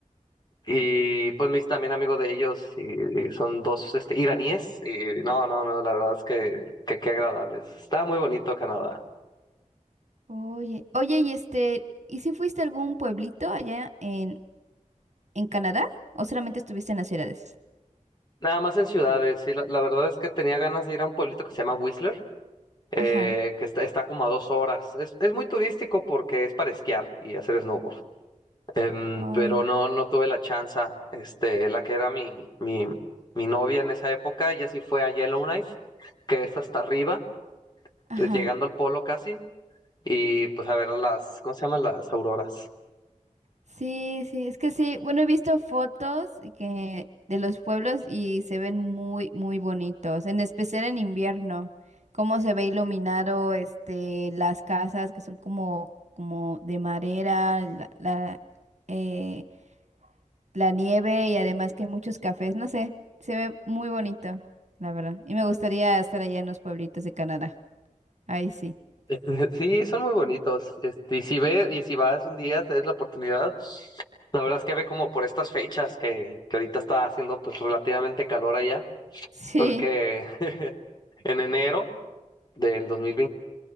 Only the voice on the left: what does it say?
y pues me hice también amigo de ellos. Y, son dos este, iraníes. Y no, no, no, la verdad es que, que qué agradables. Está muy bonito Canadá.
Nada más en ciudades, sí. La, la verdad es que tenía ganas de ir a un pueblito que se llama Whistler, eh,
que está, está como a dos horas. Es, es muy turístico porque es para esquiar y hacer snowboard. Em,
pero no, no tuve la chance. Este, la que era mi, mi, mi novia en esa época, ella sí fue a Yellowknife, que es hasta arriba,
pues, llegando al polo casi, y pues a ver las, ¿cómo se llaman? Las auroras.
<laughs> Sí, son muy bonitos. Este, y si ve, y si vas un día, te des la oportunidad, La verdad es que ve como por estas fechas que, que ahorita está haciendo pues relativamente calor allá,
porque <laughs> en enero del dos mil